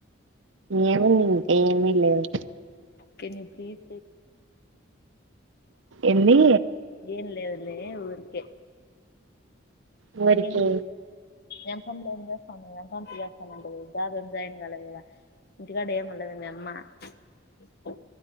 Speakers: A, on the right; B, on the left.
A: ఏముంది ఇంకే ఏమి లేదు
B: కెన్ యు ప్లీజ్
A: ఏంది
B: ఏం లేదులే ఏ ఊరికే
A: ఎవరికి
B: ఇంకేం ఎం పనులు ఏం చేస్తాన్నరు ఎంతెంత ఎస్తన్నారు జాబ్ ఏం జాయిన్ కాలేకదా ఇంటికాడ ఏం ఉండద మీ అమ్మ ఇస్తా